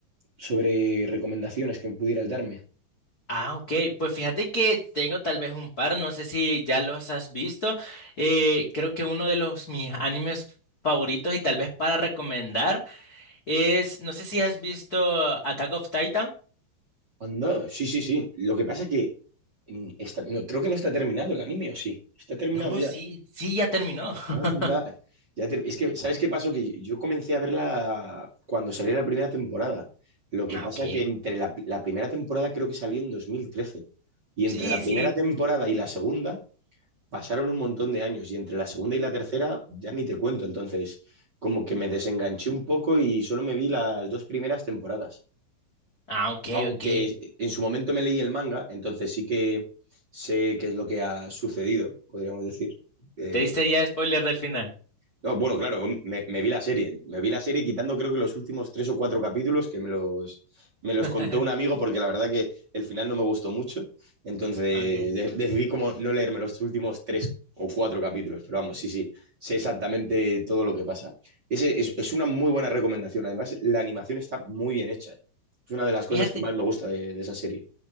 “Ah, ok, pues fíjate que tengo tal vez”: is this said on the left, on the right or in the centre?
Left